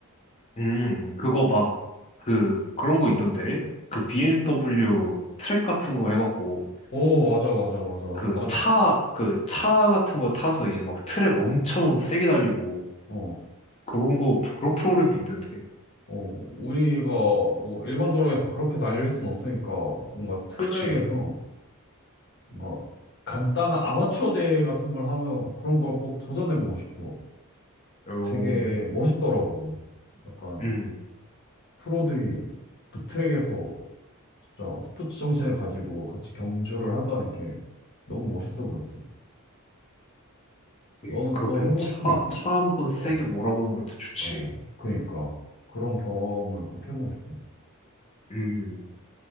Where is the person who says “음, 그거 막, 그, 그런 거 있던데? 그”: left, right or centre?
Left